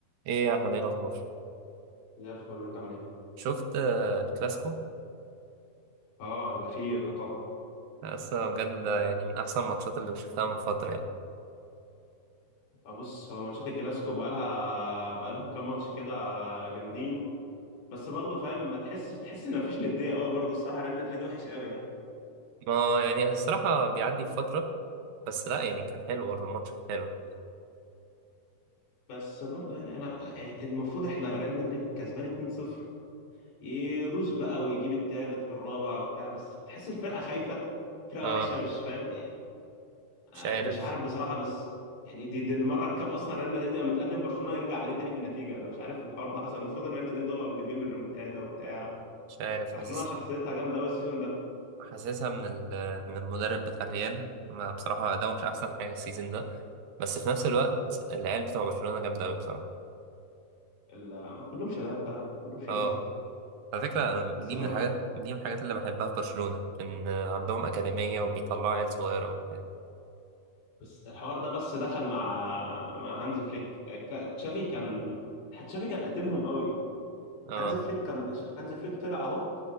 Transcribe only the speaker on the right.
ايه يا احمد ايه الاخبار
شفت آه، الكلاسيكو
لسه بجد ده يعني من احسن الماتشات اللي شفتها من فتره يعني
ما يعني الصراحه بيعدي فتره بس لا يعني كان حلو برضه الماتش كان حلو
اه
مش عارف
مش عارف
حاسس
حاسسها من ال- من المدرب بتاع الريال ما بصراحه ده مش احسن حاجه السيزون ده بس في نفس الوقت العيال بتوع برشلونه جامده قوي بصراحه
اه على فكره
دي
من الحاجات دي من الحاجات اللي بحبها في برشلونه ان عندهم اكاديميه وبيطلعوا عيال صغيره وبتاع
اه